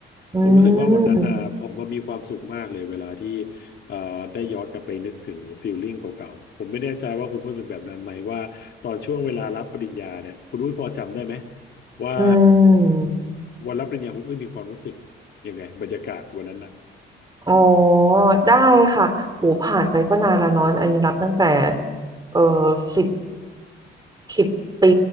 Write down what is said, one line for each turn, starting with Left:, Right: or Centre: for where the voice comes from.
Right: อื
Left: ผมรู้สึกว่าวันนั้นอ่ะผมมันมีความสุขมากเลยเวลาที่
Right: ม
Left: เอ่อได้ย้อนกลับไปนึกถึงฟีลลิ่งเก่าๆผมไม่แน่ใจว่าคุณด้วยเป็นแบบนั้นไหมว่าตอนช่วงเวลารับปริญญาเนี่ยคุณด้วยพอจำได้ไหมว่า
Right: อืม
Left: วันรับปริญญาคุณด้วยมีความรู้สึกยังไงบรรยากาศวันนั้น
Right: อ๋อ ได้ค่ะโหูผ่านไปก็นานแล้วเนอะอันนี้รับตั้งแต่เออสิบสิบปี